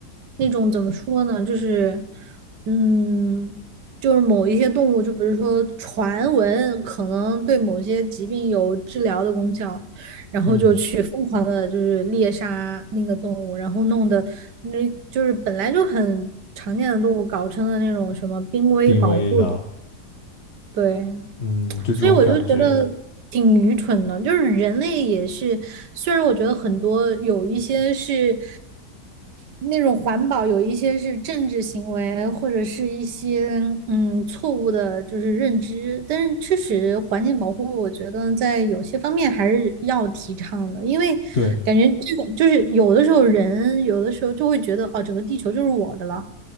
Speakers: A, on the right (about 80°); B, on the left (about 40°).
A: 那种怎么说呢，就是，嗯，就是某一些动物，就比如说传闻可能对某些疾病有治疗的功效，然后就去疯狂的，
B: 嗯，
A: 就是猎杀那个动物，然后弄得那就是本来就很常见的动物，搞成了那种什么濒危保护动物，
B: 濒危的，
A: 对。
B: 嗯，就这种感觉，
A: 所以我就觉得挺愚蠢的，就是人类也是，虽然我觉得很多有一些是那种环保有一些是政治行为，或者是一些嗯错误的，就是认知。但是确实，环境保护我觉得在有些方面还是要提倡的，因为感觉这个就是有的时候人有的时候就会觉得哦，
B: 对。
A: 整个地球就是我的了，